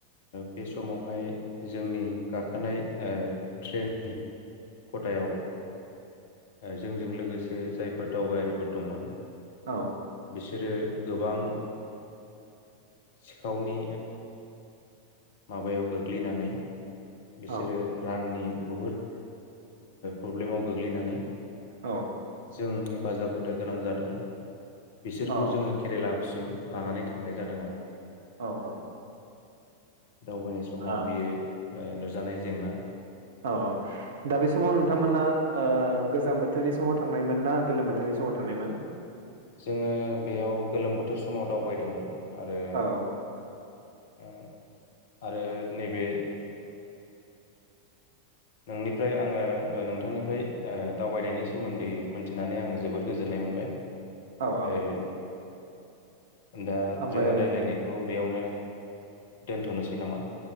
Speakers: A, on the left; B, on the right.
A: बे समावहाय जोंनि गाखोनाय ट्रेननि खथायाव जोंजों लोगोसे जायफोर दावबायारिफोर दंमोन।
B: औ
A: बिसोरो गोबां सिखावनि माबायाव गोग्लैनानै बिसोरो
B: औ
A: रांनि बहुद प्रब्लेमाव गोग्लैनानै
B: औ।
A: जों हेफाजाब होनो गोनां जादों। बिसोरखौ
B: औ
A: जोङो केरेला सिम लानानै थांनाय जादों आरो।
B: औ औ
A: दावबायनाय समाव
B: ओ
A: बियो नुजानाय जेंना
B: औ औ दा बे समाव नोंथांमोना। गोजां बोथोरनि समाव थांनायमोन ना गोलोम बोथोरनि समाव थांनायमोन
A: जोङो बेयाव गोलोम बोथोर समाव दावबायदोंमोन। आरो
B: औ
A: औ। आरो नैबे नोंनिफ्राय आङो नोंथांनिफ्राय दावबायनायनि सोमोन्दै मोनथिनानै आङो जोबोद गोजोननाय मोनबाय।
B: औ औ
A: ए। दा
B: ओमफ्राय
A: जोङो राय्लायनायखौ बेयावनो दोनथ'नोसै नामा